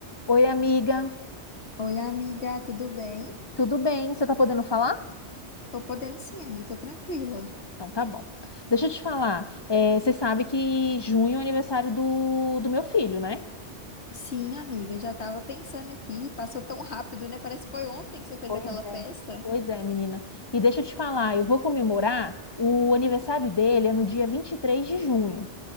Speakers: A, on the left; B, on the left.
A: Oi, amiga,
B: Oi, amiga, tudo bem?
A: tudo bem? Você tá podendo falar?
B: Tô podendo sim, amiga, tô tranquila.
A: Então tá bom. Deixa eu te falar, é, você sabe que junho é o aniversário do, do meu filho, né?
B: Sim, amiga, já tava pensando aqui, passou tão rápido, né? Parece que foi ontem que você fez
A: Pois
B: aquela
A: é.
B: festa.
A: Pois é, menina. E deixa eu te falar, eu vou comemorar o aniversário dele é no dia 23 de junho.